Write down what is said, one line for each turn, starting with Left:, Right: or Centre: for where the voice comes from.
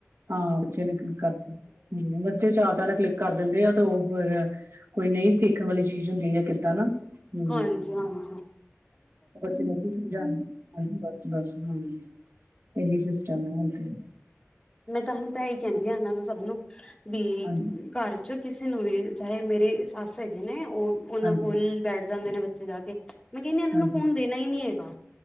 Right: ਹਾਂ ਬੱਚੇ ਨੇ ਕਲਿੱਕ ਕਰ ਹਮ ਬੱਚੇ ਚਾ ਚਾਰ ਨਾਲ ਕਲਿੱਕ ਕਰ ਦਿੰਦੇ ਆ ਤੇ ਉਹ ਫਿਰ। ਕੋਈ ਨਹੀਂ ਦੇਖਣ ਵਾਲੀ ਚੀਜ਼ ਹੁੰਦੀ ਕਿੱਦਾਂ ਨਾ। ਹੂੰ।
Left: ਹਾਂਜੀ-ਹਾਂਜੀ,
Right: ਬੱਚੇ ਨੂੰ ਅਸੀਂ ਸਮਝਾਉਣਾ ਹਾਂਜੀ ਬਸ ਬਸ ਹਾਂ। ਇਹੀ ਸਿਸਟਮ ਹੈ।
Left: ਮੈਂ ਤਾਂਹੀ ਤਾਂ ਇਹੀ ਕਹਿੰਦੀ ਹਾਂ ਉਹਨਾਂ ਨੂੰ ਸਭ ਨੂੰ ਵੀ
Right: ਹਾਂਜੀ,
Left: ਘਰ। ਕਿਸੇ ਨੂੰ ਵੀ ਚਾਹੇ ਮੇਰੀ ਸੱਸ ਹੈਗੇ ਨੇ ਉਹ ਉਹਨਾਂ
Right: ਹਾਂਜੀ,
Left: ਕੋਲ ਬੈਠ ਜਾਂਦੇ ਨੇ। ਜਾ ਕੇ ਮੈਂ ਕਹਿੰਦੀ ਇਹਨਾਂ
Right: ਹਾਂਜੀ
Left: ਨੂੰ ਫੋਨ ਦੇਣਾ ਹੀ ਨੀ ਹੈਗਾ